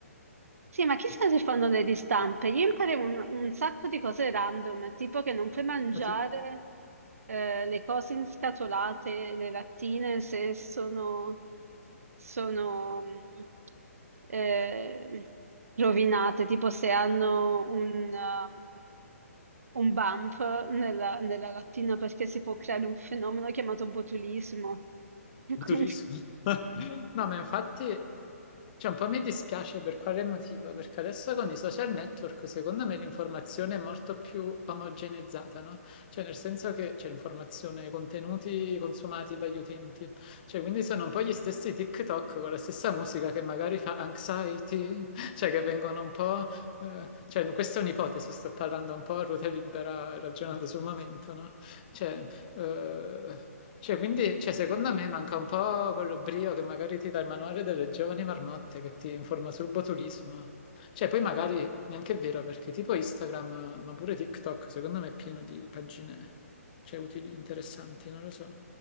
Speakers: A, on the right; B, on the left.
A: Sì, ma
B: <laughs>
A: chissà se fanno le ristampe. Io imparavo un, un sacco di cose random, tipo che non puoi mangiare
B: Ma tipo,
A: eh, le cose inscatolate, le lattine, se sono, sono mh, eh, rovinate, tipo se hanno un, eh, un bump nella, nella lattina, perché si può creare un fenomeno chiamato botulismo. <laughs>
B: Durissimo.
A: Quindi,
B: <laughs> No, ma infatti, cioè, un po' mi dispiace per quale motivo, perché adesso con i social network, secondo me, l'informazione è molto più omogeneizzata, no? Cioè, nel senso che c'è l'informazione, i contenuti consumati dagli utenti. Cioè, quindi sono un po' gli stessi TikTok con la stessa musica che magari fa anxiety, <laughs> cioè che vengono un po'... eh, cioè, questa è un'ipotesi, sto parlando un po' a ruota libera, ragionando sul momento, no? Cioè... Eh, cioè, quindi, cioè, secondo me manca un po' quello brio che magari ti dà il manuale delle giovani marmotte che ti informa sul botulismo. Cioè, poi magari neanche è vero perché tipo Instagram, ma pure TikTok, secondo me è pieno di pagine, cioè, utili, interessanti, non lo so.